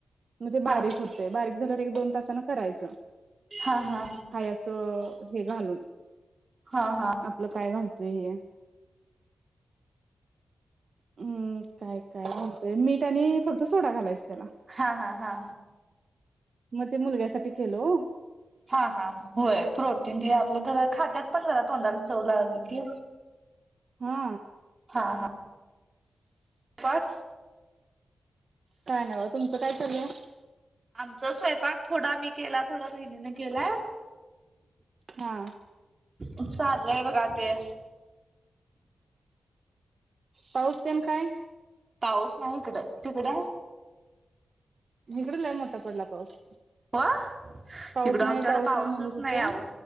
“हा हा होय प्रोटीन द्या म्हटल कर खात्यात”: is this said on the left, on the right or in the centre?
Right